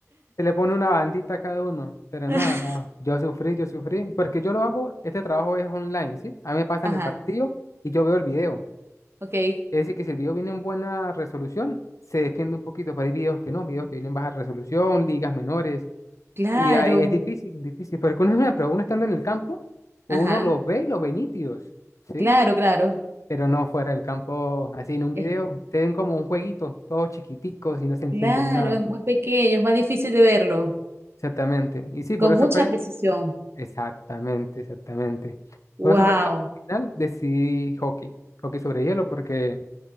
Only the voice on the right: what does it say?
<laughs>
Ajá,
ok.
Claro.
Ajá,
claro, claro.
Es,
claro,
es muy pequeño, es más difícil de verlo,
con
mucha
precisión.
Wow.